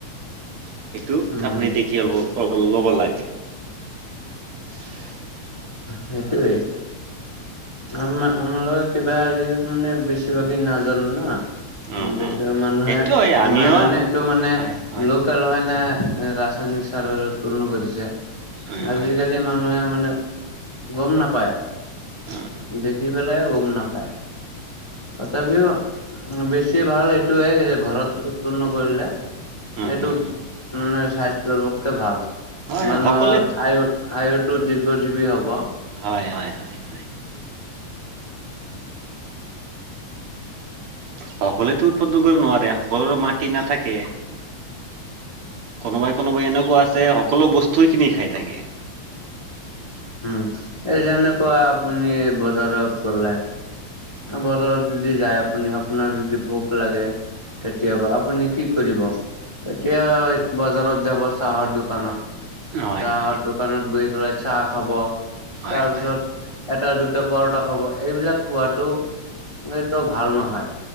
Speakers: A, on the right; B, on the left.
A: সেইটো
B: উম,
A: আপুনি দেখি অ ল'ব লাগে। <inaudible>
B: সেইটোৱেই আম আমাৰ লগত কিবা আজিকালি মানে বেছিভাগেই নাজানো ন।
A: উম
B: উ বেছি
A: উম
B: ভাগ মানুহে
A: সেইটোৱে আমিও
B: নাজানে এইটো মানে
A: হয় হয়
B: লোকেল হয় নে ৰাস উৎপন্ন কৰিছে
A: হয়
B: আজিকালি
A: হয়
B: মানুহে মানে গম নাপায়
A: উম
B: দেখি পেলাই গম নাপায় তথাপিও বেছি ভাল এইটোয়ে যে ঘৰত উৎপন্ন কৰিলে।
A: উম
B: এইটো
A: উম
B: মানে স্বাস্থ্যৰ পক্ষে ভাল
A: হয়
B: মানুহৰ
A: সকলোৱে
B: আয় আয়ুৰ টো দীৰ্ঘ জীৱী হ'ব
A: হয় হয় হয় হয়, সকলোৱতো উৎপাদন কৰিব নোৱাৰে সকলোৰে মাটি নাথাকে কোনোবাই কোনোবাই এনেকুৱা আছে সকলো বস্তুই কিনি খাই থাকে।
B: উম এই যেনেকুৱা আপুনি বজাৰত গলে বজাৰত যদি যায় আপুনি আপোনাৰ যদি ভোক লাগে। কেতিয়াবা আপুনি কি কৰিব। তেতিয়া বজাৰত যাব চাহৰ দোকানত
A: হয়
B: চাহৰ
A: হয়
B: দোকানত গৈ পেলাই চাহ খাব তাৰপিছত
A: হয় হয়
B: এটা দুটা পৰটা খাব এইবিলাক খোৱাটো এইটো ভাল নহয়।